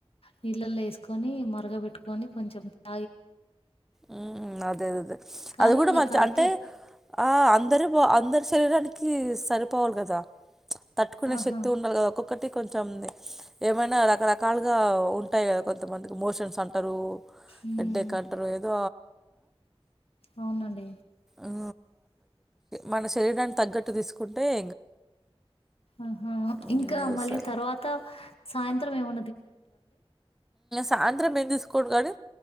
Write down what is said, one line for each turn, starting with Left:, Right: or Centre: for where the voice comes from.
Left: నీళ్ళల్లో ఏసుకొని మరగబెట్టుకొని కొంచెం తాగేది
Centre: ఉ అదే అదే
Left: కానీ
Centre: అది కూడా
Left: ఇక
Centre: మంచి
Left: కడుపు
Centre: అంటే ఆ అందరు బ అందరు చేళడానికి సరిపోవాలి కదా తట్టుకునే
Left: ఆహా
Centre: శక్తి ఉండాలి కదా ఒక ఒకటి కొంచెం ఏమైనా రకరకాలుగా ఉంటాయి కదా కొంతమందికి మోషన్స్ అ అరు
Left: ఉమ్
Centre: ఎడ్డే కంటర్ ఆటర్ కదా
Left: అవునండి
Centre: ఆ మన శరీరాన్ని తగ్గట్టు తీసుకుంటే ఏం కాదు
Left: ఆహా
Centre: ఉమ్,
Left: ఇంకా మళ్ళీ
Centre: సరే
Left: తర్వాత సాయంత్రం ఏమన్నా తీసుకుంటారాండి
Centre: సాయంత్రం ఏము తీసుకోం కానీ